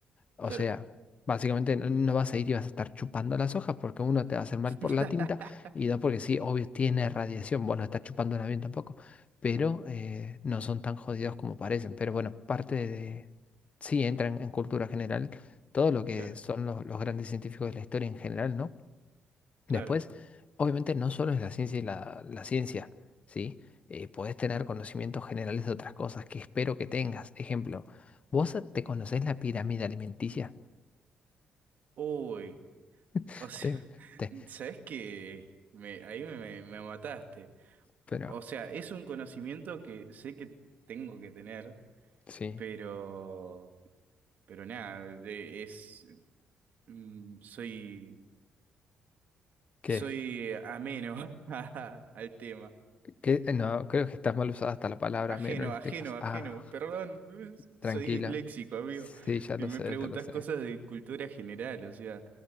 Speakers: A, on the left (about 45°); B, on the right (about 65°).
A: O
B: Claro.
A: sea, básicamente no no vas a ir y vas a estar chupando las hojas porque uno te va a hacer mal
B: <laughs>
A: por la tinta y dos porque sí, obvio, tiene radiación. Bueno, está chupando un avión tampoco, pero eh, no son tan jodidos como parecen. Pero bueno, parte de... Sí, entran en, cultura general todo lo que
B: Claro,
A: son los, los grandes científicos de la historia en general, ¿no?
B: claro.
A: Después, obviamente no solo es la ciencia y la, la ciencia, ¿sí? Eh, podés tener conocimientos generales de otras cosas que espero que tengas. Ejemplo, ¿vos te conocés la pirámide alimenticia?
B: Uy,
A: <laughs>
B: o sea,
A: Te-
B: <laughs>
A: te-
B: ¿sabes qué? Me, ahí me, me- me mataste.
A: pero,
B: O sea, es un conocimiento que sé que tengo que tener,
A: sí,
B: pero, pero nada, de- es Mm, soy,
A: ¿qué?
B: soy eh, ameno <laughs> a- al tema.
A: ¿Qué? No, creo que estás mal usada hasta la palabra
B: Ajeno,
A: mero en este
B: ajeno,
A: caso.
B: ajeno.
A: Ah,
B: Perdón, <laughs>
A: tranquila.
B: soy disléxico, amigo.
A: Sí, ya lo
B: Y me
A: sé,
B: preguntas
A: ya lo sé.
B: cosas de cultura general, o sea.